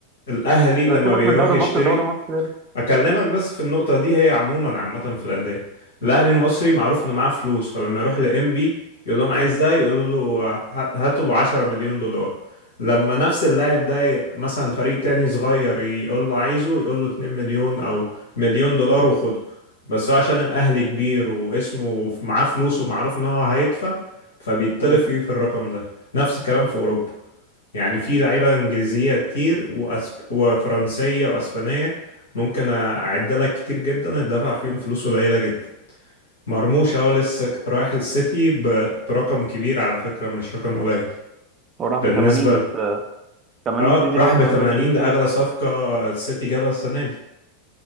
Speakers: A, on the left; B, on the right.
A: الاهلي لما
B: لا سيبك
A: بيروح
B: من الدوري
A: يشتري
B: المصري الدوري المصري بس
A: اكلمك بس في النقطه دي هي عموما عامه في الانديه الاهلي
B: مم.
A: المصري معروف انه معاه فلوس فلما يروح لانبي يقول لهم عايز ده يقول له ه- هاته ب 10 مليون دولار لما نفس اللاعب ده ي- مثلا فريق تاني صغير يقول له عايزه يقول له 2 مليون او مليون دولار وخده بس هو عشان الاهلي كبير واسمه وف- معاه فلوس ومعروف ان هو هيدفع فبيتطلب
B: مم.
A: فيه في الرقم ده نفس الكلام في اوروبا يعني في لعيبة إنجليزية كتير وأسب... وفرنسية وأسبانية ممكن أعد لك كتير جدا الدفع فيهم فلوس قليلة جدا مرموش أهو لسه ك- رايح السيتي ب... برقم كبير على فكرة مش رقم قليل
B: هو راح ب
A: بالنسبة
B: 80 بس
A: ل...
B: آه، 80
A: اه
B: دي دلوقتي
A: راح ب 80
B: ما بقتش كتير
A: ده أغلى صفقة السيتي جابها السنة دي